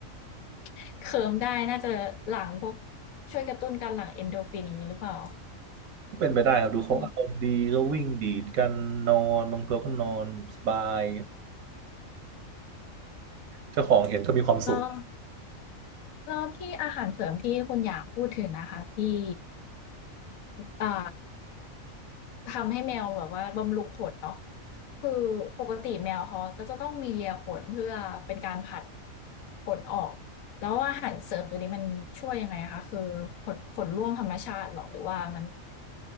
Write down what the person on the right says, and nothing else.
ก็เป็นไปได้ครับดูเขาอารมณ์ดีก็วิ่งดีดกันนอนบางตัวก็นอนสบาย
เจ้าของเห็นก็มีความสุข